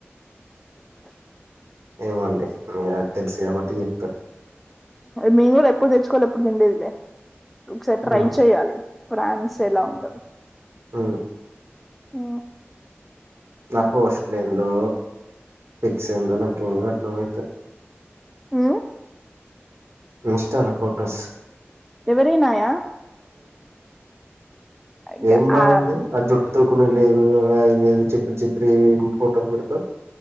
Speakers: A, in the centre; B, on the right.
A: అ <unintelligible>
B: ఏమండి మీ తెలుసు కాబట్టి చెప్ప్పారు
A: మేము కూడా ఎప్పుడు తెచ్చుకోవాలి ఎప్పుడు తినలేదు లే ఒకసారి ట్రై
B: ఉమ్
A: చెయ్యాలి ఫ్రాన్స్ ఎలా ఉంటదు
B: ఉమ్.
A: ఆ
B: నా పోస్ట్లీందో ఫిక్స్ందో నాకేం అర్థమైతలేదు
A: ఆ
B: ఇన్స్ట లో ఫోటోస్
A: ఎవరినాయా ఇగ
B: ఏం బాగుంది
A: ఆ
B: ఆ జుట్టు తూకునే లేదు అ చిప్పిన చిప్ప్రి ఫోటోలు పెడతాం